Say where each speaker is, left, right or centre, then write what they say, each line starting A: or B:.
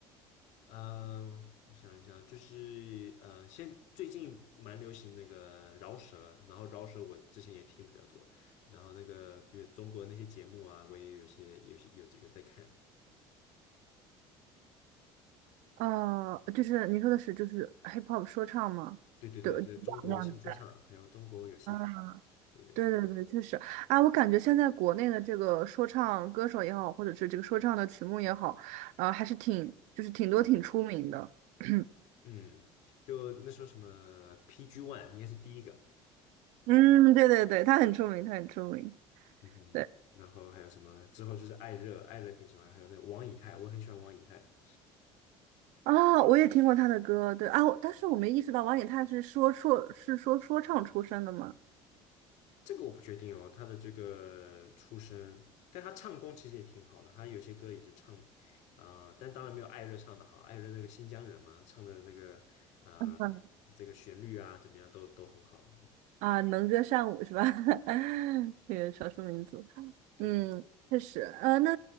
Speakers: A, on the left (about 70°); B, on the right (about 75°).
A: 呃，我想一想，就是呃，现最近蛮流行那个饶舌，然后饶舌我之前也听比较多，然后那个比如中国那些节目啊，我也有些有些有有在看。
B: 呃，就是您说的是就是 hip hop 说唱吗？
A: 对对对，
B: 对，
A: 就是中国新说唱，
B: 这样子的
A: 还有中国有嘻哈。
B: 啊，
A: 对对，
B: 对对对，确实啊，我感觉现在国内的这个说唱歌手也好，或者是这个说唱的曲目也好，啊，还是挺就是挺多挺出名的。<clears throat>
A: 嗯，就那时候什么 PG One 应该是第一个，
B: 嗯，对对对，他很出名，他很出名。
A: 嗯哼，
B: 对。
A: 然后还有什么之后就是艾热，艾热挺喜欢，还有那个王以太，我很喜欢王以太。
B: 啊，我也听过他的歌，对啊，我但是我没意识到王以太是说说是说说唱出身的嘛，
A: 这个我不确定哦，他的这个出身，但他唱功其实也挺好的，他有些歌也是唱，呃，但当然没有艾热唱的好，艾热那个新疆人嘛，唱的那个呃
B: <laughs> 嗯
A: 这个旋律啊怎么样都都很好，嗯
B: 啊，能歌善舞是吧？<laughs> 这个少数民族，
A: 对，
B: 嗯，确实，呃，那